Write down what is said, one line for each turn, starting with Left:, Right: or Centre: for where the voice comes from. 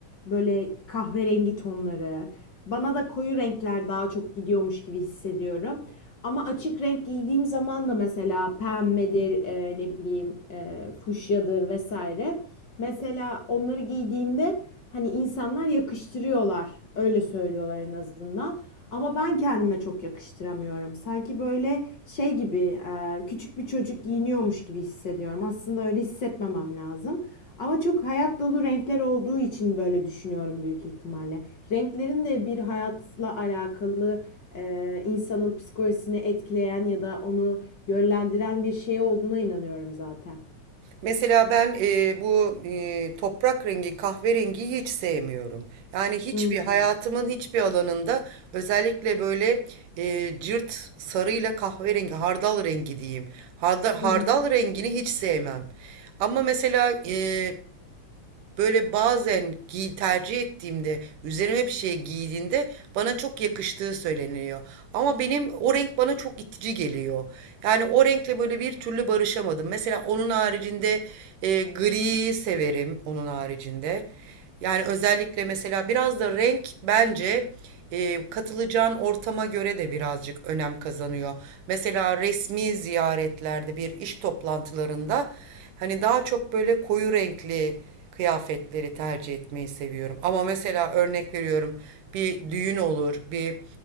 Left: böyle kahverengi tonları. Bana da koyu renkler daha çok gidiyormuş gibi hissediyorum. Ama açık renk giydiğim zaman da mesela pembedir, eee, ne bileyim, eee, fuşyadır vesaire. Mesela onları giydiğimde hani insanlar yakıştırıyorlar. Öyle söylüyorlar en azından. Ama ben kendime çok yakıştıramıyorum. Sanki böyle şey gibi e, küçük bir çocuk giyiniyormuş gibi hissediyorum. Aslında öyle hissetmemem lazım. Ama çok hayat dolu renkler olduğu için böyle düşünüyorum büyük ihtimalle. Renklerin de bir hayatla alakalı e, insanın psikolojisini etkileyen ya da onu yönlendiren bir şey olduğuna inanıyorum zaten.
Right: Mesela ben e, bu e, toprak rengi, kahverengiyi hiç sevmiyorum. Yani hiçbir
Left: Hı hı.
Right: hayatımın hiçbir alanında özellikle böyle e, cırt sarıyla kahverengi, hardal rengi diyeyim. Hardal, hardal
Left: Hı hı.
Right: rengini hiç sevmem. Ama mesela e, Böyle bazen giy tercih ettiğimde, üzerime bir şey giydiğinde bana çok yakıştığı söyleniyor. Ama benim o renk bana çok itici geliyor. Yani o renkle böyle bir türlü barışamadım. Mesela onun haricinde e, gri severim onun haricinde. Yani özellikle mesela biraz da renk bence e, katılacağın ortama göre de birazcık önem kazanıyor. Mesela resmi ziyaretlerde bir iş toplantılarında hani daha çok böyle koyu renkli kıyafetleri tercih etmeyi seviyorum. Ama mesela örnek veriyorum bir düğün olur, bir